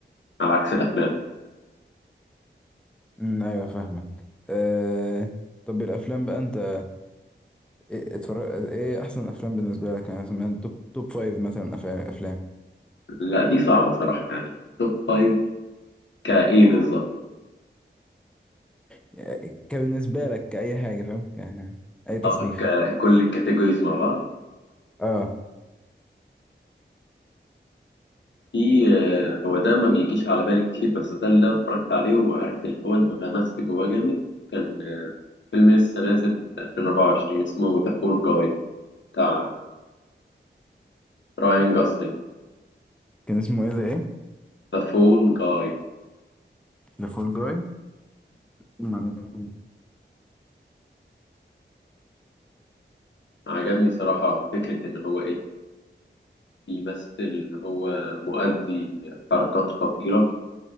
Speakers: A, on the left; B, in the centre.
A: على عكس الأفلام
B: أمم، ايوه فاهمك آه... طب الافلام بقى انت ايه اتفرج ايه احسن افلام بالنسبه لك يعني مثلا توب توب فايف مثلا أف- افلام
A: لا دي صعبة صراحة يعني توب فايف كإيه بالظبط
B: يعني كبالنسبه لك كاي حاجه فاهم ك... اي تصنيف
A: اه ككل الكاتيجوريز مع بعض
B: اه
A: في آه، هو ده ما بيجيش على بالي كتير بس ده اللي أنا اتفرجت عليه وعارف اللي هو انغمست جواه جامد كان آه، فيلم لسه نازل 2024 اسمه ذا فول جاي بتاع راين جوسلينج
B: كان اسمه ايه ده ايه؟
A: ذا فول جاي
B: ذا فول جاي تمام.
A: عجبني صراحة فكرة إن هو إيه بيمثل إن هو مؤدي حركات خطيرة